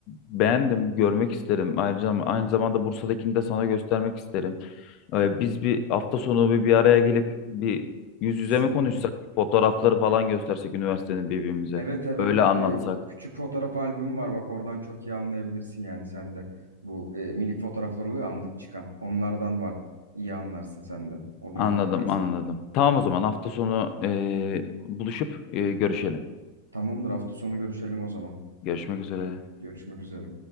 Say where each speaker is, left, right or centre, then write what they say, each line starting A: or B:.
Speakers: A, on the left (about 40°); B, on the right (about 75°).
A: beğendim, görmek isterim. Ayrıca aynı zamanda Bursa'dakini de sana göstermek isterim. E, biz bir hafta sonu bir, bir araya gelip bir yüz
B: Kesinlikle.
A: yüze mi konuşsak? Fotoğrafları falan göstersek üniversitenin birbirimize.
B: Evet evet
A: Öyle anlatsak.
B: Ee, küçük fotoğraf albümü var bak oradan çok iyi anlayabilirsin yani sen de. Bu e, minik fotoğraflar oluyor anlık çıkan. Onlardan var. İyi anlarsın sen de o duruma
A: Anladım,
B: bakarsak.
A: anladım. Tamam o zaman hafta sonu eee, buluşup eee, görüşelim.
B: Tamamdır hafta sonu görüşelim o zaman.
A: Görüşmek üzere.
B: Görüşmek üzere.